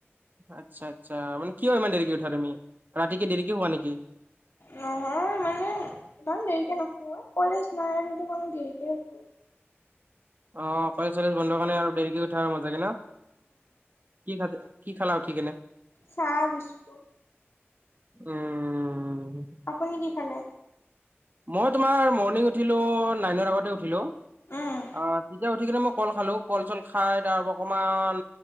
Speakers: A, on the right; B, on the left.
A: আচ্ছা আচ্ছা মানে কিয় ইমান দেৰিকে উঠা তুমি ৰাতিকে দেৰিকে হোৱা নেকি?
B: নহয় মানে ইমান দেৰিকে নোশু ঐ কলেজ নাই আৰু এইটো কাৰণে দেৰিকে উঠো।
A: অ কলেজ চলেজ বন্ধৰ কাৰণে আৰু দেৰিকে উঠা মজাকে ন কি খাতি কি খালা উঠি কিনে?
B: চাহ বিস্কুট
A: উম
B: আপুনি কি খালে
A: মই তোমাৰ মৰ্ণিং উঠিলোঁ নাইনৰ আগতে উঠিলোঁ
B: উম
A: অ তেতিয়া উঠি কিনে মই কল খালো কল চল খাই তাৰ অকমান